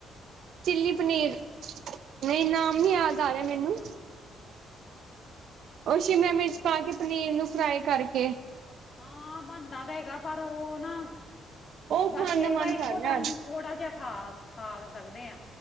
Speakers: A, on the right; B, on the left.
A: ਚਲੀ ਪਨੀਰ। ਨਹੀਂ ਇ ਨਾਮ ਨੀ ਯਾਦ ਆ
B: ਅੱਛਾ-ਅੱਛਾ
A: ਰਿਹਾ ਮੈਨੂੰ। ਉਹ ਸ਼ਿਮਲਾ ਮਿਰਚ
B: ਠੀਕ
A: ਪਾ ਕੇ ਪਨੀਰ ਨੂੰ ਫਰਾਈ ਕਰਕੇ।
B: ਹਾਂ ਬਣਦਾ ਤੇ ਹੈਗਾ ਪਰ ਉਹ ਨਾ
A: ਉਹ
B: ਬਸ
A: ਖਾਣ
B: ਇਹ
A: ਦਾ ਮਨ
B: ਵ ਇੱਕੋ
A: ਕਰ ਰਿਹਾ
B: ਟਾਈਮ।
A: ਅੱਜ
B: ਥੋੜ੍ਹਾ ਜਿਹਾ ਖਾ ਖਾ ਸਕਦੇ ਹਾਂ।